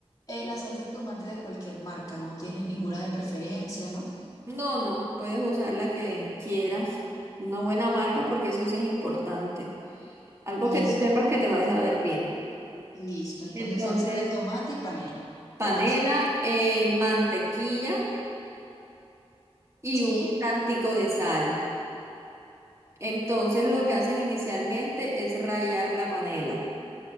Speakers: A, on the left (about 35°); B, on the right (about 25°).
A: Eh, la salsa de tomate de cualquier marca, no tiene ninguna de preferencia, ¿no?
B: No, no, puedes usar la que quieras. Una buena marca porque eso sí es importante. Algo
A: Listo,
B: que tú sepas que te va a saber bien.
A: listo. Entonces,
B: Entonces,
A: salsa de tomate y panela.
B: panela,
A: ¿Qué más?
B: eh, mantequilla y
A: Sí,
B: un tantico de sal. Entonces, lo que haces inicialmente es rallar la panela.